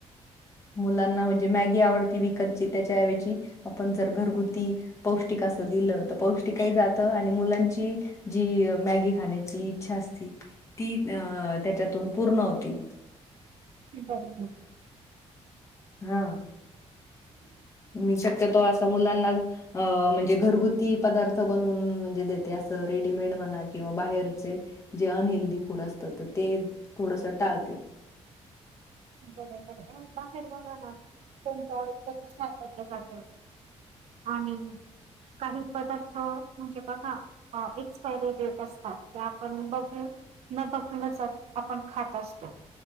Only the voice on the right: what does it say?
बरोबर.
<unintelligible> बरय-बरय बाहेर बघा ना. कोणत कस <inaudible> जातय. आणि. काही पदार्थ म्हणजे बघा एक्सपायरी डेट असतात. ते आपण बघून. न बघताच आपण खात असतो.